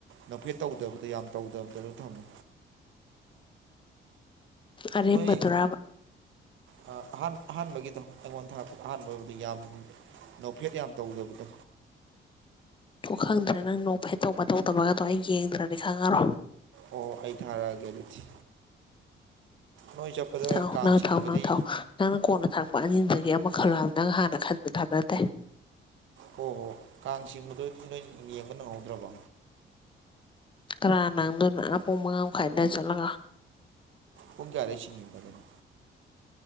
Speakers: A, on the right (about 75°); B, on the left (about 25°).
A: ꯅꯐꯦꯠ ꯇꯧꯗꯕꯗ ꯌꯥꯝ ꯇꯧꯗꯕꯗ ꯑꯗꯨ ꯊꯝꯃꯦ
B: ꯑꯔꯦꯝꯕꯗꯨꯔꯕ
A: ꯅꯣꯏ ꯑꯍ ꯑꯍꯥꯟꯕꯒꯤꯗꯣ ꯑꯩꯉꯣꯟꯗꯔꯛꯄꯗ ꯑꯍꯥꯟꯕꯕꯨꯗꯤ ꯌꯥꯝ ꯧꯐꯦꯠ ꯌꯥꯝ ꯇꯧꯖꯕꯗꯣ
B: ꯑꯣ ꯈꯪꯗ꯭ꯔꯦ ꯅꯪ ꯅꯣꯛ ꯐꯦꯇꯣꯛ ꯐ ꯇꯧꯇꯕꯒꯗꯣ ꯑꯩ ꯌꯦꯡꯗ꯭ꯔꯗꯤ ꯈꯪꯉꯔꯣ
A: ꯑꯣ ꯑꯩ ꯊꯥꯔꯛꯑꯒꯦ ꯑꯗꯨꯁꯤ ꯅꯣꯏ ꯆꯠꯄꯗ
B: ꯊꯥꯎ
A: ꯀꯥꯡ
B: ꯅꯪ
A: ꯆꯤꯡꯕꯗꯤ
B: ꯊꯥꯎ ꯅꯪ ꯊꯥꯎ ꯅꯪꯅ ꯀꯣꯟꯅ ꯊꯔꯛꯄ ꯑꯅꯤꯗꯨꯗꯒꯤ ꯑꯃ ꯈꯜꯂꯣ ꯍꯥꯏꯕ ꯅꯪ ꯍꯥꯟꯅ ꯈꯟꯕꯗꯣ ꯍꯥꯏꯕ ꯅꯠꯇꯦ
A: ꯍꯣ ꯍꯣ ꯀꯥꯡ ꯆꯤꯡꯕꯗꯣ ꯅꯣꯏ ꯌꯦꯡꯕ ꯅꯪꯍꯧꯗ꯭ꯔꯕꯣ
B: ꯀꯅꯥꯅ ꯅꯪꯗꯣꯏꯅꯣ ꯑꯥ ꯄꯨꯡ ꯃꯉꯥ ꯃꯈꯥꯏ ꯑꯗꯥꯏ ꯆꯠꯂꯒ
A: ꯄꯨꯡꯖꯥꯔꯩꯁꯤꯁꯤꯡ ꯌꯦꯕꯒꯅ